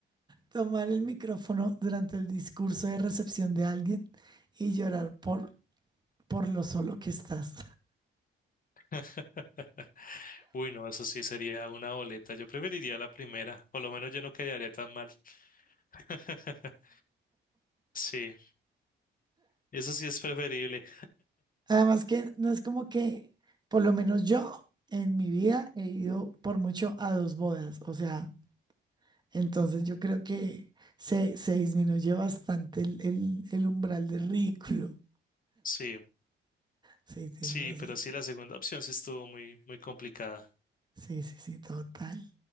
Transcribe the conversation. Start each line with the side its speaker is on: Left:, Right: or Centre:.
Right: tomar el micrófono durante el discurso de recepción de alguien y llorar por, por lo solo que estás?
Left: <laughs> Uy, no, eso sí sería una boleta. Yo preferiría la primera. Por lo menos yo no quedaría tan mal. <laughs> Sí, eso sí es preferible.
Right: <laughs> Además que no es como que, por lo menos yo en mi vida he ido por mucho a dos bodas. O sea, Entonces yo creo que se, se disminuye bastante el, el- el umbral de ridículo.
Left: Sí,
Right: Sí, tienes
Left: sí,
Right: razón.
Left: pero sí, la segunda opción sí estuvo muy, muy complicada.
Right: Sí, sí, sí, total.